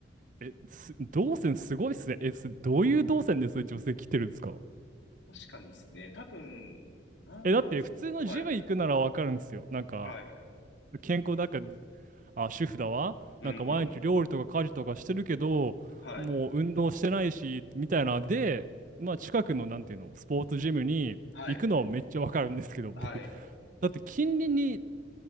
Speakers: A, on the right; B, on the left.
A: え、す、動線すごいっすね。え、すどういう動線です女性来てるんですか
B: 確かにですね。多分、なんなんですよ。
A: え、だって普通のジム行くならわかるんですよ。
B: はい。
A: なんか、
B: はい。
A: 健康だから、あ、主婦だわ。
B: うんうん。
A: なんか毎日料理とか家事とかしてるけど、
B: はい。
A: もう運動してないし、みたいな。で、まあ近くの、なんていうの、スポーツジムに行くのはめっちゃわかるんですけど、
B: はい。はい。
A: 僕、だって近隣に